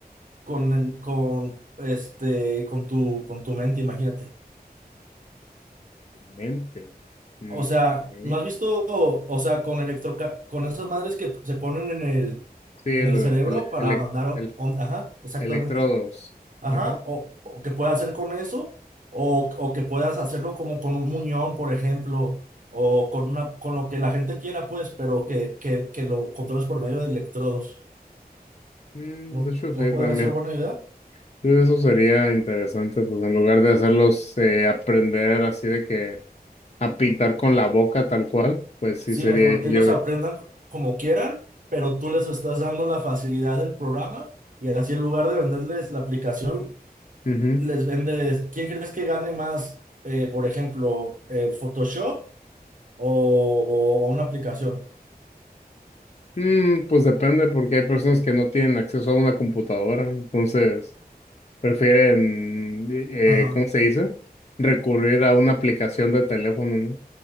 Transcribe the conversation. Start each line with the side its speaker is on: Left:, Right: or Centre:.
Right: con, con, este, con tu, con tu mente, imagínate.
Left: Mente. mm,
Right: O sea,
Left: ok.
Right: ¿no has visto, o sea, con electro, con esas madres que se ponen en el,
Left: Sí, el,
Right: en el cerebro
Left: el,
Right: para
Left: elec-
Right: mandar,
Left: el-
Right: on- ajá, exactamente.
Left: electrodos.
Right: Ajá,
Left: Ajá.
Right: o, o que puedas hacer con eso, o, o que puedas hacerlo como con un muñón, por ejemplo, o con una, con lo que la gente quiera, pues, pero que, que, que lo controles por medio de electrodos.
Left: Mm,
Right: ¿No,
Left: de hecho,
Right: no
Left: sí,
Right: podría
Left: también.
Right: ser buena idea?
Left: Eso sería interesante, pues en lugar de hacerlos eh, aprender así de que a pintar con la boca tal cual, pues sí
Right: Sí,
Left: sería
Right: mejor que
Left: yo.
Right: ellos aprendan como quieran, pero tú les estás dando la facilidad del programa y así en lugar de venderles la aplicación,
Left: ujú.
Right: les vendes, ¿quién crees que gane más, eh, por ejemplo, eh, Photoshop o, o o una aplicación?
Left: Mm, pues depende, porque hay personas que no tienen acceso a una computadora, entonces prefieren, eh,
Right: Ajá.
Left: ¿cómo se dice? Recurrir a una aplicación de teléfono, ¿no?